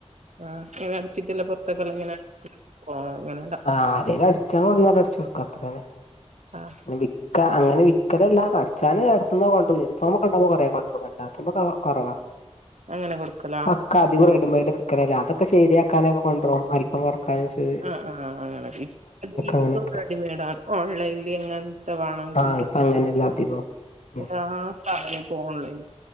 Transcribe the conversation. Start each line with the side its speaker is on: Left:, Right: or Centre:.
Right: ആഹ ഇങ്ങനെ അടിച്ചിട്ടല്ലേ പൊർ ത്തേക്കെല്ലാം ഇങ്ങനെ അ അങ്ങനെ...
Left: ആ ആരേലും അടിച്ചാ കൊടുന്നാൽ അടിച്ചു കൊടുക്കും അത്രേന..
Right: ആഹ..
Left: പി വിക്ക അങ്ങനെ വിൽക്കലല്ല അടച്ചാന് അടുത്ത് നോക്കെ കൊണ്ടറും യൂണിഫോമൊക്കെ ഉണ്ടങ്കിൽ കൊറേ കൊണ്ടരും അല്ലാത... അതൊക്കെ കുറവാ
Right: അങ്ങനെ കൊടുക്കലാ
Left: ആ.. പ്പം അധികം റെഡിമേഡ് ഇടക്കല്ലല്ലേ അതൊക്കെ ശരിയാക്കാനൊക്കെ കൊണ്ടറും വലിപ്പം കൊറക്കാനും ശ്...
Right: ആ ആ് അങ്ങനെ ഏത <unintelligible>
Left: അങ്ങനെയൊക്കെ
Right: റെഡിമെയഡ ആണ് ഓൺലൈനിൽ അങ്ങ... വേണം <unintelligible>
Left: ആ ഇപ്പൊ അങ്ങനെയല്ല അധികം ഉം
Right: എല്ലാ സാധനം ഇപ്പൊ ഓൺലൈൻ